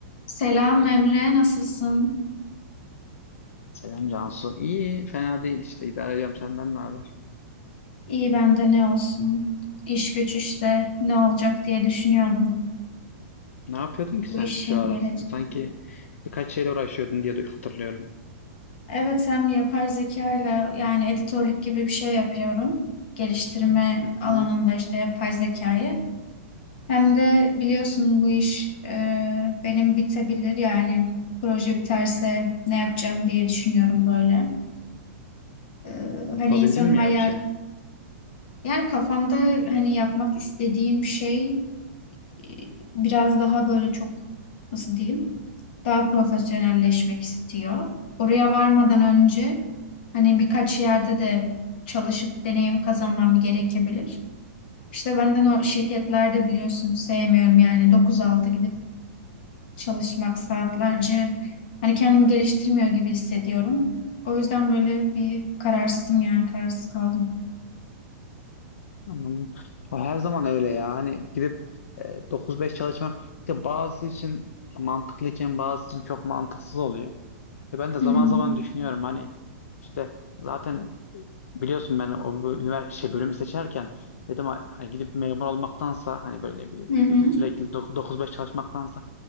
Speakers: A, on the left (about 40°); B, on the left (about 70°).
A: Selam Emre, nasılsın?
B: Selam Cansu. İyi, fena değil işte. idare ediyorum. Senden ne haber?
A: İyi ben de ne olsun? İş güç işte ne olacak diye düşünüyordum.
B: Ne yapıyordun ki
A: Bu
B: sen
A: işin
B: şu ara?
A: geleceği.
B: Sanki birkaç şeyle uğraşıyordun diye du- hatırlıyorum.
A: Evet hem yapay zeka ile yani editörlük gibi bir şey yapıyorum. Geliştirme
B: Hı
A: alanında
B: hı.
A: işte yapay zekayı. Hem de biliyorsun bu iş e, benim bitebilir yani proje biterse ne yapacağım diye düşünüyorum böyle. E,
B: Bulabildin
A: hani insan
B: mi
A: hayal
B: ya bir şey?
A: yani kafamda hani yapmak istediğim şey Ee, biraz daha böyle çok nasıl diyeyim daha profesyonelleşmek istiyor. Oraya varmadan önce hani birkaç yerde de çalışıp deneyim kazanmam gerekebilir. İşte benden o şirketlerde biliyorsunuz sevmiyorum yani dokuz altı gidip çalışmak saatlerce hani kendimi geliştirmiyor gibi hissediyorum. O yüzden böyle bir kararsızım yani kararsız kaldım.
B: Anladım. O her zaman öyle ya. Hani gidip e, 9-5 çalışmak işte bazı için mantıklıyken bazı için çok mantıksız oluyor. İşte ben de
A: Hı
B: zaman
A: hı.
B: zaman düşünüyorum hani işte zaten e, biliyorsun ben o üniversite bölümü seçerken dedim ha- hani gidip memur olmaktansa hani böyle ne bileyim
A: Hı hı.
B: sürekli dok- 9-5 çalışmaktansa